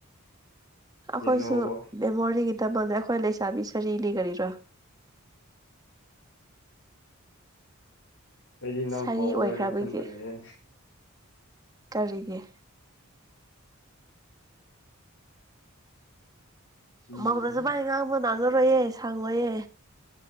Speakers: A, on the right; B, on the left.
A: ꯑꯈꯣꯏꯁꯨ
B: ꯌꯦꯟꯅꯧꯕ
A: ꯃꯦꯃꯣꯔꯤꯒꯤꯗꯃꯛ ꯑꯩꯈꯣꯏ ꯂꯩꯁꯥꯕꯤ ꯁꯔꯤꯅꯤ ꯀꯔꯤꯔꯣ
B: ꯑꯩꯗꯤ ꯅꯪ
A: ꯁꯥꯔꯤ
B: ꯃꯧ ꯑꯣꯏꯔꯦꯅ
A: ꯑꯣꯏꯈ꯭ꯔꯕꯒꯤ
B: ꯈꯟꯕꯅꯤꯅꯦ
A: ꯀꯔꯤꯒꯤ
B: ꯎꯝ
A: ꯃꯧꯗꯁꯨ ꯃꯥꯏ ꯉꯥꯡꯕ ꯉꯥꯡꯅꯔꯣꯏꯌꯦ ꯁꯥꯡꯉꯣꯏꯌꯦ